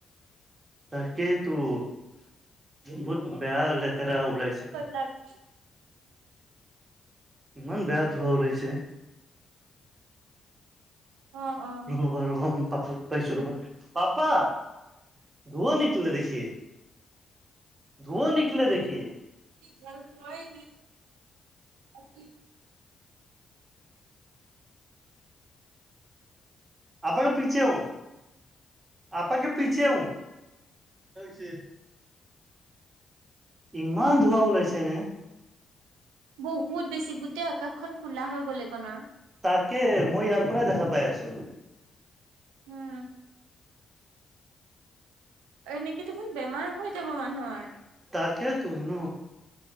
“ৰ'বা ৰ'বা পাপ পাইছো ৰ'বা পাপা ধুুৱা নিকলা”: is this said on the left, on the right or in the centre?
Right